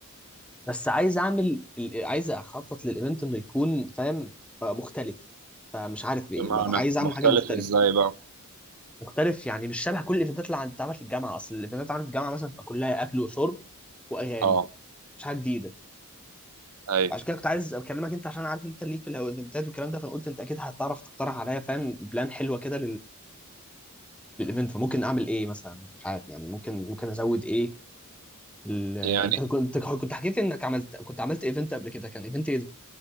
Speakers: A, in the centre; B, on the right.
A: بس عايز اعمل ال- عايز اخطط للايفنت انه يكون فاهم آه، مختلف فمش عارف ايه
B: بمعنى
A: عايز اعمل
B: مختلف
A: حاجه مختلفه
B: ازاي بقى؟
A: مختلف يعني مش شبه كل الايفنتات اللي بتتعمل في الجامعه اصل الايفنتات اللي بتتعمل في الجامعه مثلا تبقى كلها اكل وشرب واغاني
B: اه
A: مش حاجه جديده
B: اي
A: عشان كده كنت عايز اكلمك انت عشان عارف انت ليك في الايفنتات والكلام ده فانا قلت انت اكيد هتعرف تقترح عليا فاهم بلان حلوه كده للايفنت فممكن اعمل ايه مثلا مش عارف يعني ممكن ممكن ازود ايه ال... آه،
B: يعني
A: انت كنت كنت حكيت لي انك عملت كنت عملت ايفنت قبل كده كان ايفنت ايه ده